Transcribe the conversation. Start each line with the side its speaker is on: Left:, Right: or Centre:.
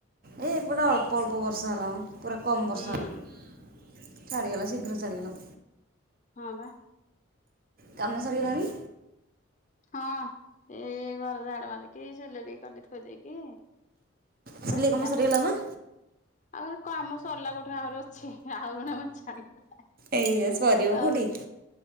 Right: ଏ ଏପଟ ଅଳ୍ପ ଅଳ୍ପ ବର୍ଷା ହେଲା ମ ପୁରା କମ୍ ବର୍ଷା
Left: ହୁଁ।
Right: ହଏ। ଛାଡ଼ିଗଲା ଶିଘ୍ର ଛାଡ଼ିଗଲା।
Left: ହଁ ବା।
Right: କାମ ସରିଗଲାଣି?
Left: ହଁ ଏଇ ଘର ଝାଡ଼ ମାରିକି ସିଲେଇ ଟିଏ କଲି ଥୋଇ ଦେଇକି
Right: ସେଲେଇ
Left: କହିଲି
Right: କାମ
Left: ଆସେ
Right: ସରିଗଲା ନାଁ?
Left: ଆଉ ହେ କାମ ସରିଲା କୋଉଠେ ଆହୁରି ଅଛି। ଆଉ ଜଣେ ମଛା ଆଣିଦେଲାଇଁ
Right: ଏଇ ସରିବ
Left: ସରୁନି
Right: କୋଉଠି